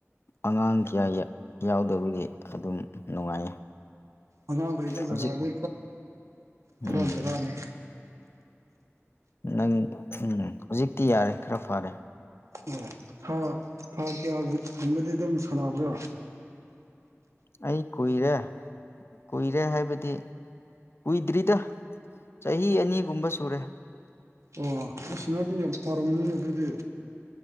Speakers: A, on the left (about 55°); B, on the right (about 85°).
A: ꯑꯉꯥꯡ ꯀꯌꯥ ꯌꯥꯎꯗꯕꯒꯤ ꯑꯗꯨꯝ ꯅꯨꯡꯉꯥꯏꯌꯦ
B: ꯑꯅ ꯂꯩꯕꯨꯖꯒꯥꯗ
A: ꯍꯧꯖꯤꯛ
B: ꯄꯔꯥꯗꯔꯥꯅꯦ
A: ꯎꯝ ꯅꯪ ꯎꯝ ꯍꯧꯖꯤꯛꯇꯤ ꯌꯥꯔꯦ ꯈꯔ ꯐꯔꯦ
B: ꯑꯣ ꯊꯥ ꯊꯥ ꯀꯌꯥꯒꯨꯝꯕꯗꯤ ꯑꯗꯨꯝ ꯁꯥꯟꯅꯕ꯭ꯔꯥ
A: ꯑꯩ ꯀꯨꯏꯔꯦ ꯀꯨꯏꯔꯦ ꯍꯥꯏꯕꯗꯤ ꯀꯨꯏꯗ꯭ꯔꯤꯗ ꯆꯍꯤ ꯑꯅꯤꯒꯨꯝꯕ ꯁꯨꯔꯦ
B: ꯑꯣ ꯑꯁꯤ ꯅꯗꯤ ꯌꯥꯝ ꯐꯔꯝꯅꯤꯅ ꯑꯗꯨꯗꯤ